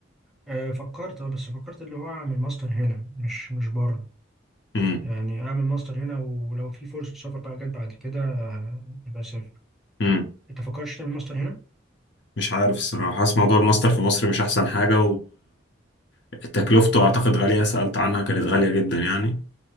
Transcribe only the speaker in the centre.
آه، فكرت اه بس فكرت اللي هو أعمل ماستر هنا مش مش بره
يعني أعمل ماستر هنا ولو في فرصة سفر بقى جت بعد كده آه، أبقى أسافر
أنت فكرتش تعمل ماستر هنا